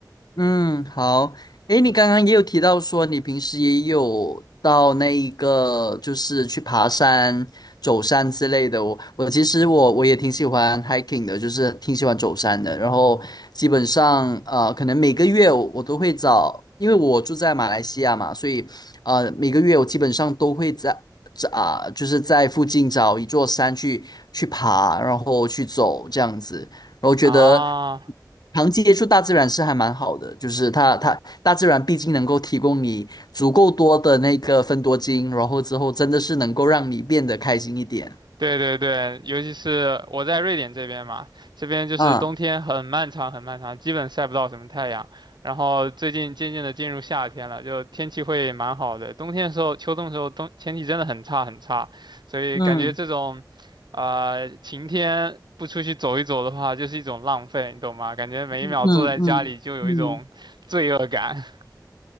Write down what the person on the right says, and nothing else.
啊，
对对对，尤其是我在瑞典这边嘛，这边就是冬天很漫长很漫长，
基本晒不到什么太阳。然后最近渐渐的进入夏天了，就天气会蛮好的。冬天的时候、秋冬的时候，冬天气真的很差很差，所以感觉这种，
啊晴天不出去走一走的话，就是一种浪费，你懂吗？感觉每一秒坐在家里就有一种罪恶感。
<laughs>